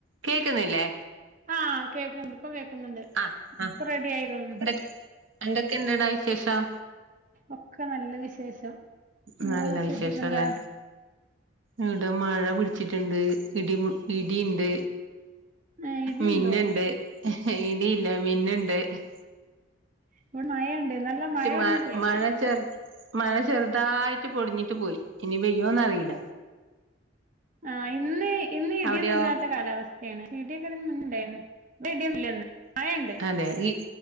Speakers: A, on the right; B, on the right.
A: കേക്കുന്നില്ലേ?
B: ആഹ് കേൾക്കണ്ട് ഇപ്പ കേക്ക് ക്ക്ന്ന്ണ്ട്
A: ആഹ്
B: ഇപ്പോ
A: ആഹ്
B: റെഡി ആയി തോനുന്ന്.
A: എന്ത എന്തൊക്കെയുണ്ടെടാ വിശേഷം?
B: ഒക്കെ നല്ല വിശേഷം. നിങ്ങളെ
A: നല്ല
B: വിശേഷൊക്കെ
A: വിശേഷല്ലേ
B: എന്താ
A: ഇവിടെ മഴ പിടിച്ചിട്ടുണ്ട് ഇടിമു ഇടി <unintelligible> ഇണ്ട്
B: ഏഹ് ഇടിയുണ്ടോ
A: മിന്നുണ്ട് ഇടിയില്ല മിന്നു <unintelligible>
B: ഇവിടെ മഴയിണ്ട് നല്ല മഴ
A: മ
B: ഒന്ന് പെയ്ത്.
A: മഴ ചെറു മഴ ചെറുതായിട്ട് പൊടിഞ്ഞിട്ട് പോയി ഇനി പെയ്യോന്നറിയില്ല.
B: ആ ഇന്ന് ഇന്ന് ഇടിയൊന്നും
A: അവിടെയോ
B: ഇല്ലാത്ത കാലാവസ്ഥയാണ്, ഇടിയൊക്കെതിന് മുന്നുണ്ടായിരുന്നു. ടി ടിം ല്ലെന്ന് മഴണ്ട്
A: അതെ ഇ